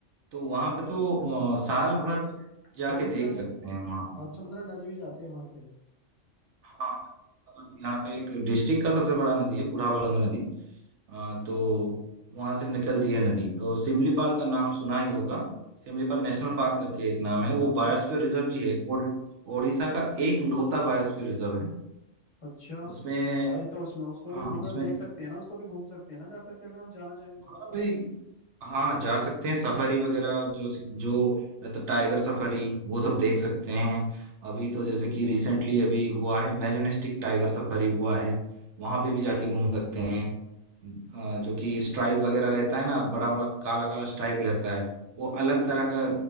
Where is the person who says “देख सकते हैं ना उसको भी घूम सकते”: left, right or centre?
Left